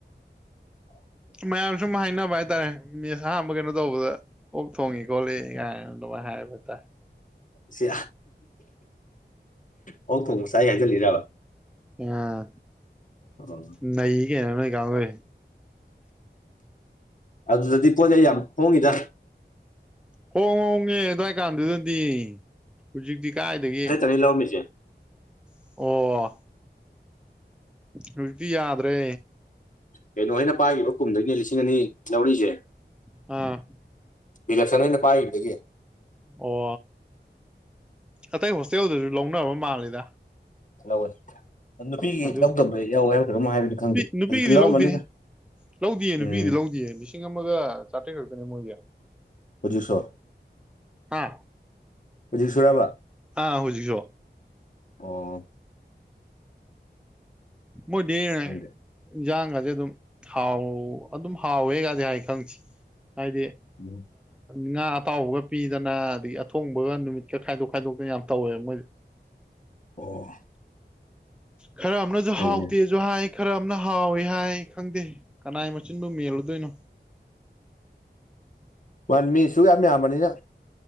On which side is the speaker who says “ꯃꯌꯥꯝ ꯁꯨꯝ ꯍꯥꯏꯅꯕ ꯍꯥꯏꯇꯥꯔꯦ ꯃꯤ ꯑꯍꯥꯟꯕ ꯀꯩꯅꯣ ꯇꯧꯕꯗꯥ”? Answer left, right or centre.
Centre